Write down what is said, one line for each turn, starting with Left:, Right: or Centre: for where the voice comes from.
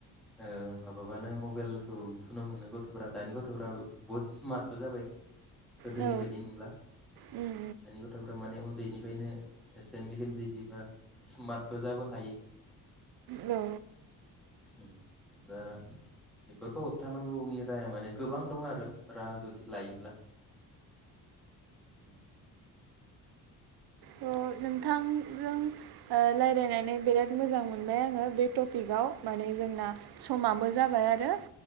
Centre: ओ माबाबानो मबाइलखौ थुनो मोनो गथ'फोरा दानि गथ'फ्रा बुहुत स्मार्टबो जाबाय गोदोनि
Right: औ
Centre: बायदि नंला दानि
Right: उम
Centre: गथ'फ्रा माने उन्दैनिफ्रायनो एसे मेलेमजिबि बा स्मार्टबो जाबो हायो
Right: उम औ
Centre: उम दा बेफोरखौ होबथानांगौनि राहा माने गोबां दं आरो राहा जुदि लायोब्ला <unintelligible> ओ
Right: नोंथांजों लाय रायनानै बिराद मोजां मोनबाय आङो बे टपिकआव माने जोंना समाबो जाबाय आरो